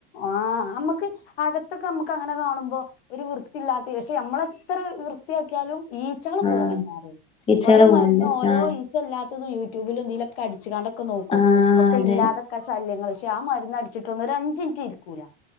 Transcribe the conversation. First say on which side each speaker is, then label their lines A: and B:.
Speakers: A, on the left; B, on the left.
A: ആഹ് അമ്മക്ക് അകത്ത് അമ്മക്ക് അങ്ങനെ കാണുമ്പോ ഒരു വൃത്തിയില്ലാത്ത പക്ഷെ അമ്മളെത്ര വൃത്തിയാക്കിയാലും ഈ ഈച്ചകള് പോണില്ലാ
B: ആഹ് ഈച്ചകള്
A: കൊറെ
B: പോണത്
A: മരുന്ന് ഓരോ
B: ആഹ്
A: ഈ ഈച്ചല്ലാത്തതും യൂട്യൂബിലും എന്തീലൊക്കെ അടിച്ചക്കെ നോക്കും
B: ആഹ്
A: ഒക്കെ
B: അതെ
A: ഇല്ലാതെക്കാ ശല്യങ്ങളെ ആ മരുന്ന് അടിച്ചിട്ട് ഒന്നൊരു അഞ്ച്നിറ്റ് ഇരിക്കൂല